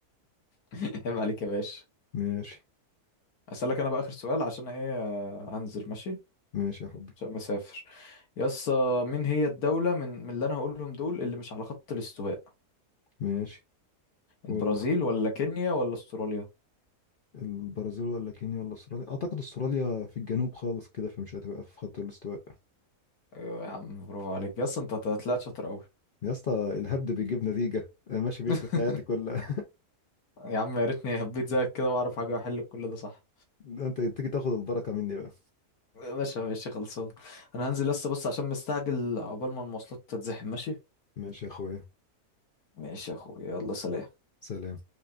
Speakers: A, on the left; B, on the left.
A: <laughs> عيب عليك يا باشا
B: ماشي
A: اسألك انا بقى اخر سؤال عشان ايه آه، انزل ماشي
B: ماشي يا حبي
A: عشان مسافر يا اسطى مين هي الدولة من من اللي انا هقولهم دول اللي مش على خط الاستواء
B: ماشي ولا
A: البرازيل
B: الاختيارات
A: ولا كينيا ولا استراليا
B: البرازيل ولا كينيا ولا استراليا اعتقد استراليا في الجنوب خالص كده فمش هتبقى في خط الاستواء
A: ايوه يا عم برافو عليك يس انت طلعت شاطر قوي
B: يا اسطى الهبد بيجيب نتيجة انا ماشي بيه
A: <laughs>
B: في حياتي كلها
A: يا عم يا ريتني هبيت زيك كده واعرف حاجه واحل كل ده صح
B: <laughs> ده انت تيجي تاخد البركة مني بقى
A: ماشي ماشي خلصان انا هنزل لسه بس عشان مستعجل عقبال ما المواصلات تتزحم ماشي
B: ماشي يا اخويا
A: ماشي يا اخويا يلا سلام
B: سلام